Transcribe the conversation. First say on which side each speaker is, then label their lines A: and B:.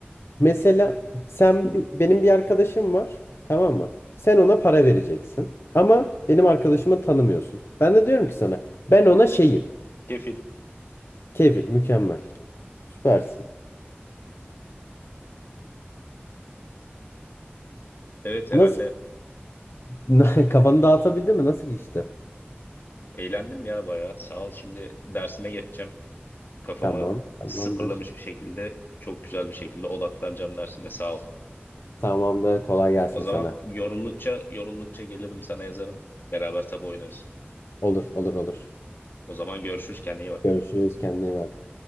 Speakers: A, on the left (about 75°); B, on the left (about 55°).
A: Mesela sen bi- benim bir arkadaşım var, tamam mı? Sen ona para vereceksin. Ama benim arkadaşımı tanımıyorsun. Ben de diyorum ki sana ben ona şeyim.
B: Kefil.
A: Kefil, mükemmel. Süpersin.
B: Evet herhalde
A: Nasıl <laughs> kafanı dağıtabildin mi? Nasıl geçti?
B: eğlendim ya bayağı. Sağ ol. Şimdi dersime geçeceğim. kafamı
A: Tamam, tamamdır.
B: sıfırlamış bir şekilde çok güzel bir şekilde odaklanacağım dersime sağ ol.
A: Tamamdır. Kolay gelsin
B: O zaman
A: sana.
B: yoruldukça yoruldukça gelirim sana yazarım. Beraber tabu oynarız.
A: Olur, olur, olur.
B: O zaman görüşürüz kendine iyi bak.
A: Görüşürüz. Kendine iyi bak.